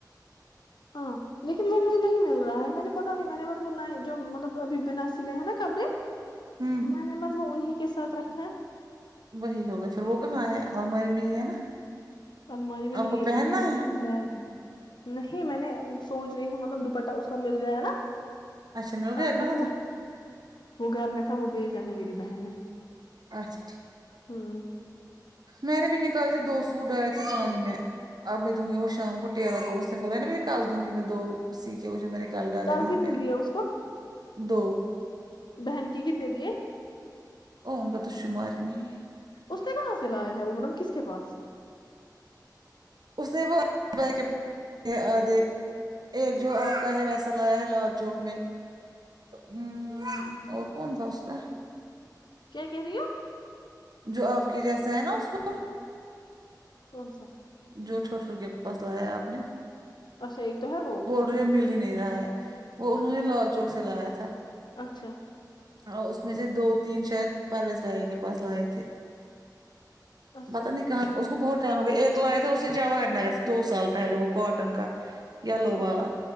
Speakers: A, on the left (about 80°); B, on the right (about 65°).
A: ہاں لیکن وہ مجھے نہیں مل رہا ہے میں نے پتا نہیں میں نے جو مطلب ابھی بنا سلے ہیں نا کبڑے
B: ہوں
A: میں نے بس وہ انہیں کے ساتھ رکھے
B: وہی ہوگا پھر وہ کہاں ہے الماری میں ہی ہے نا
A: الماری میں نہیں
B: آپ کو
A: ہے
B: پہننا
A: وہ میں نے رکھی بیگ میں نہیں میں نے سوچ رہی ہوں مطلب دوپٹہ اس کا مل گیا نا
B: اچھا مل
A: <unintelligible>
B: گیا کہاں تھا
A: وہ گھر میں تھا وہ بھیجا ہے میری بہن نے
B: اچھاٹھیک
A: ہوں
B: میں نے بھی نکالکے دو سوٹ ڈالے تھے پانی میں اب میں دوں گی وہ شام کو ٹیلر کو اس نے بولا نا مجھے کل دوں گی میں دو سیکے وہ جو میں نے نکال ڈالے
A: کل
B: وہاں
A: کتنے
B: پہ
A: دیے اس کو
B: دو
A: بہن کے کتنے دیے
B: ؤ ان کا تو شمار ہی نہیں
A: اس نے کہاں سے لایا ہے وہ مطلب کس کے پاس
B: اس نے وہ بیک آدھے ایک جو آپ کا ہے ویسا لایا ہے لال چوک میں ہوں اور کون تھا اس کا
A: کیا کہہ رہی ہو
B: جو آپ کے جیسا ہے نا اس کو
A: کون سا
B: جو چھوٹ رو کے پاس لایا آپ نے
A: اچھا ایک تو ہے وہ
B: برے مل ہی نہیں رہا ہے وہ
A: ہاں
B: انہوں نے لال چوک سے لایا تھا
A: اچھا
B: ہاں اس میں سے دو تین شاید پرویز بھیا کے پاس لائے تھے
A: اچھا
B: پتا نہیں کہاں اس کو بہت ٹائم ہو گیا ایک تو لایا تھا اسے جواہر نگر سے دو سال پہلے وہ کاٹن کا یلو والا
A: اچھا